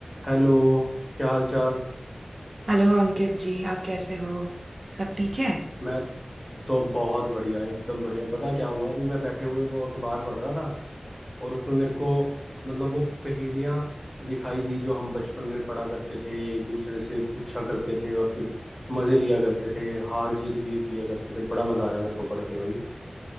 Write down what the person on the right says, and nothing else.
Hello Ankit ji आप कैसे हो सब ठीक है